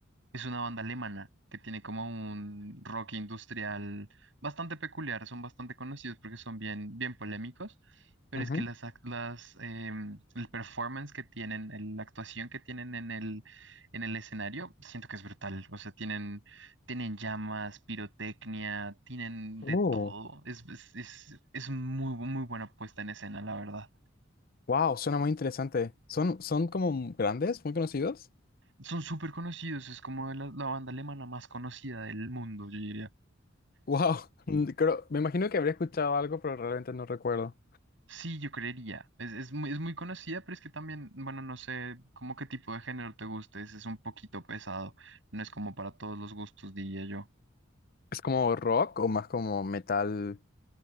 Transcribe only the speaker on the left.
Ujú.
Oh,
wow, suena muy interesante. ¿Son, son como grandes, muy conocidos?
Wow, <laughs> Mm. creo, me imagino que habría escuchado algo, pero realmente no recuerdo.
¿Es como rock o más como metal?